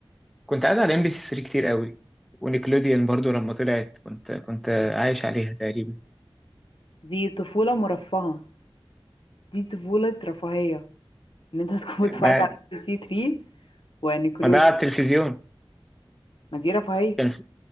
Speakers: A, in the centre; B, on the left.
A: كنت قاعد على ام بي سي 3 كتير قوي ونيكلوديان برضو لما طلعت كنت كنت
B: مم.
A: عايش عليها تقريبا
B: دي طفولة مرفهة دي طفولة رفاهية ان انت <laughs> تكون بتتفرج
A: ما
B: على ام بي سي 3 ونيكلوديان
A: ما ده على التلفزيون
B: ما دي رفاهية
A: كان في